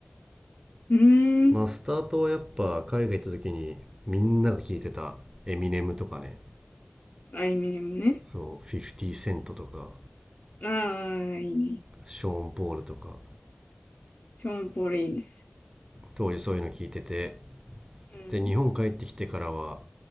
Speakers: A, on the left; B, on the right.
A: ーん。
B: まあスタートはやっぱ海外行った時にみんなが聴いてたエミネムとかね
A: あいみょんね。
B: そう50セントとか
A: ああ、いいね。
B: ショーン・ポールとか
A: ショーンポールいいね。
B: 当時そういうの聞いてて
A: うん。
B: で日本帰ってきてからは、